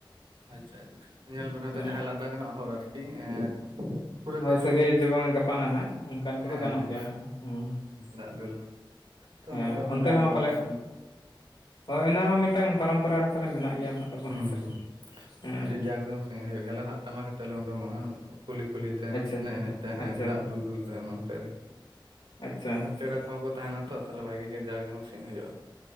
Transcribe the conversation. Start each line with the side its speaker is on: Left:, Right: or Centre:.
Right: ᱟᱪᱪᱷᱟ ᱟᱪᱪᱷᱟ ᱧᱮᱞ ᱵᱮᱤᱱ ᱦᱚᱭᱛᱳ
Left: ᱦᱮᱸ
Right: ᱡᱟᱦᱟᱸᱭ ᱞᱟᱸᱫᱟ ᱜᱟᱱᱚᱜ ᱦᱚᱲ ᱟᱨᱠᱤ ᱮᱸ ᱯᱩᱨᱟᱹ ᱫᱤᱱ
Left: ᱦᱳᱭ ᱥᱟᱹᱜᱟᱹᱭ
Right: ᱦᱤᱞᱳᱜ
Left: ᱡᱮ ᱵᱟᱝ ᱜᱟᱯᱟᱱ ᱟᱱᱟᱜ ᱚᱱᱠᱟᱱ ᱠᱚᱫᱚ
Right: ᱦᱮᱸ
Left: ᱜᱟᱱᱚᱜ
Right: ᱦᱮᱸ
Left: ᱜᱮᱭᱟ ᱦᱮᱸ
Right: ᱫᱟᱜ ᱫᱩᱞ ᱛᱚ
Left: ᱦᱮᱸ
Right: ᱚᱱᱟ ᱠᱚ ᱢᱮᱱᱟᱜᱼᱟ
Left: ᱚᱱᱛᱮ ᱦᱚᱸ
Right: ᱟᱵᱚᱣᱟᱜ
Left: ᱯᱟᱞᱮᱫ
Right: ᱢᱤᱫᱴᱮᱱ
Left: ᱦᱳᱭ ᱚᱱᱟ ᱦᱚᱸ ᱢᱤᱫᱴᱟᱝ ᱯᱚᱨᱚᱢᱯᱚᱨᱟ ᱨᱮ ᱯᱟᱞᱮ ᱢᱮᱱᱟᱜ ᱜᱮᱭᱟ ᱦᱟᱸᱜ᱾ ᱛᱟᱵᱚ
Right: ᱦᱩᱸ
Left: ᱦᱮᱸ ᱥᱮ
Right: ᱦᱩ
Left: ᱦᱮᱸ
Right: ᱟᱹᱰᱤ ᱡᱟᱠ ᱡᱚᱢᱚᱠ ᱥᱟᱹᱦᱤᱡ ᱦᱩᱭᱩᱜ ᱜᱮᱭᱟ ᱟᱞᱮ ᱫᱚ ᱦᱟᱸᱜ ᱴᱟᱢᱟᱠ ᱟᱛᱮᱜ ᱞᱮ ᱩᱰᱩᱝᱚᱜᱼᱟ᱾ ᱠᱩᱞᱦᱤ ᱠᱩᱞᱦᱤ ᱛᱮ
Left: ᱟᱪᱪᱷᱟ
Right: ᱮᱱᱮᱡ ᱮᱱᱮᱡ ᱛᱮ ᱦᱮᱸ
Left: ᱟᱪᱪᱷᱟ ᱟᱪᱪᱷᱟ
Right: ᱫᱟᱜ ᱫᱩᱞ ᱫᱩᱞ ᱛᱮ ᱚᱱᱮ ᱚᱱᱠᱟ ᱟᱨᱠᱤ,
Left: ᱟᱪᱪᱷᱟ ᱟᱪᱪᱷᱟ
Right: ᱟᱨ ᱯᱮᱲᱟ ᱠᱚᱦᱚᱸ ᱠᱚᱸ ᱛᱟᱦᱮᱱᱟ ᱛᱚ ᱛᱟᱦᱚᱞᱮ ᱵᱷᱟᱜᱮ ᱜᱮ ᱡᱟᱠ ᱡᱚᱢᱚᱠ ᱥᱟᱹᱦᱤᱡ ᱦᱩᱭᱩᱜᱼᱟ ᱾